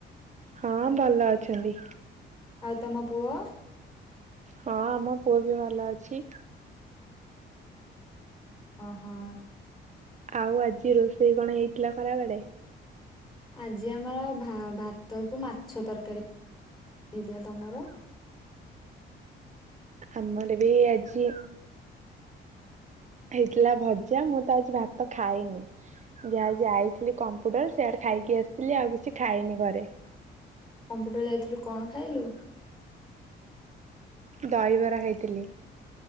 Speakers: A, on the right; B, on the left.
A: ହଁ ଭଲ ଅଛନ୍ତି।
B: ତମ ପୁଅ!
A: ହଁ ଆମ ପୁଅ ବି ଭଲ ଅଛି।
B: ଓ ହୋ।
A: ଆଉ ଆଜି ରୋଷେଇ କଣ ହେଇଥିଲା ଖରା ବେଳେ?
B: ଆଜି ଆମର ଭାତ କୁ ମାଛ ତରକାରୀ। ଦ ବ ତମାର?
A: ଆମର ବି ଆଜି ହେଇଥିଲା ଭଜା ମୁଁ ତ ଆଜି ଭାତ ଖାଇନି, ଯାହାଜି ଆଇଥିଲି କମ୍ପୁଟର ସେଆଡ଼େ ଖାଇ ଆସିଥିଲି ଆଉ କିଛି ଖାଇନି ଘରେ।
B: କମ୍ପୁଟର ଯାଇଥିଲୁ କଣ ଖାଇଲୁ?
A: ଦହିବରା ହେଇଥିଲି।